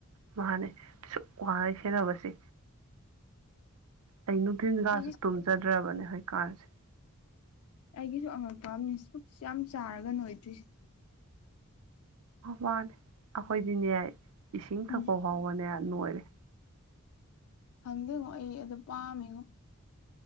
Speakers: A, on the right; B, on the left.
A: ꯃꯥꯅꯦ ꯁꯨꯛ ꯋꯥꯅ ꯁꯦꯟꯅꯕꯁꯦ ꯑꯩ ꯅꯨꯡꯊꯤꯟꯀꯥꯁꯨ
B: ꯑꯩꯒꯤ
A: ꯇꯨꯝꯖꯗ꯭ꯔꯕꯅꯦ ꯍꯣꯏ ꯀꯥꯟꯁꯦ
B: ꯑꯩꯒꯤꯁꯨ ꯑꯉꯛꯄ ꯑꯝꯅꯤ ꯄꯨꯛꯁ ꯌꯥꯝ ꯆꯥꯔꯒ ꯅꯣꯏꯗ꯭ꯔꯤꯁꯦ
A: ꯃꯥꯅꯤ ꯑꯩꯈꯣꯏꯗꯤꯅꯦ ꯏꯁꯤꯡ
B: ꯎꯝ
A: ꯊꯛꯄ ꯐꯥꯎꯕꯅꯦ ꯅꯣꯏꯔꯦ
B: ꯈꯪꯗꯦꯉꯣ ꯑꯩ ꯑꯗꯨ ꯄꯥꯝꯃꯦꯉꯣ